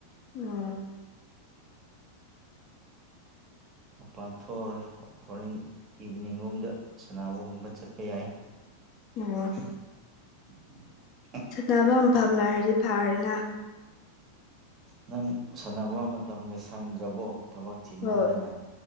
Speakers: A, on the left; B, on the right.
A: ꯎꯝ
B: ꯃꯄꯥꯟꯊ ꯍꯣꯔꯦꯟ ꯏꯚꯤꯅꯤꯡ ꯂꯣꯝꯗ ꯁꯥꯟꯅꯕꯒꯨꯝꯕ ꯆꯠꯄ ꯌꯥꯏ
A: ꯑꯣ
B: <unintelligible>
A: ꯁꯥꯟꯐꯝ ꯐꯝꯅ ꯍꯥꯏꯔꯗꯤ ꯐꯔꯦꯅ
B: ꯅꯪ ꯁꯥꯟꯅꯕ ꯃꯇꯝꯒ ꯁꯪꯗ꯭ꯔꯕꯣ ꯊꯕꯛ ꯆꯤꯟꯃꯟꯗꯅ
A: ꯍꯣꯏ